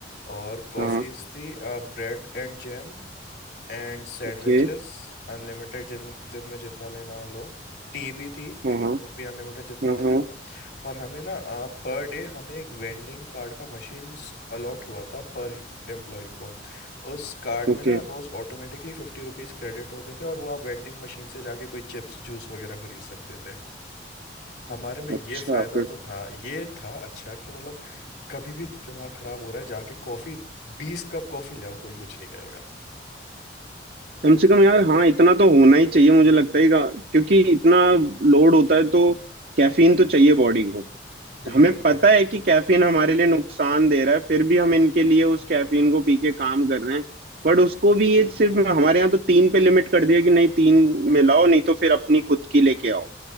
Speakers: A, on the left; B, on the right.
A: और कॉफ़ीज़
B: हाँ
A: थी bread and jam and sandwiches
B: ओके
A: unlimited जिन दिन में जितना लेना है लो टी भी थी
B: हाँ हाँ
A: वो भी अनलिमिटेड जितना
B: हाँ
A: लेना
B: हाँ
A: है लो और हमें ना पर डे हमें एक वेंडिंग कार्ड का मशीन अलॉट हुआ था पर एम्प्लॉय को उस कार्ड
B: ओके
A: में ना रोज ऑटोमेटिकली फिफ्टी रुपीज क्रेडिट होते थे और वो आप वेंडिंग मशीन से जाके कोई चिप्स जूस वगैरह खरीद सकते थे हमारे में
B: अच्छा
A: ये फायदा
B: फिर
A: तो था ये था अच्छा कि मतलब कभी भी दिमाग खराब हो रहा है जाके कॉफी बीस कप कॉफी ले आओ कोई कुछ नहीं कहेगा
B: कम से कम यार हाँ इतना तो होना ही चाहिए मुझे लगता है का- क्योंकि इतना लोड होता है तो कैफीन तो चाहिए बॉडी को
A: बिल्कुल
B: तो हमें
A: से
B: पता है कि कैफीन हमारे लिए नुकसान दे रहा है फिर भी हम इनके लिए उस कैफीन को पी के काम कर रहे हैं बट उसको भी ये सिर्फ हमारे यहाँ तो तीन पे लिमिट कर दिया कि नहीं तीन में लाओ नहीं तो फिर अपनी खुद की लेके आओ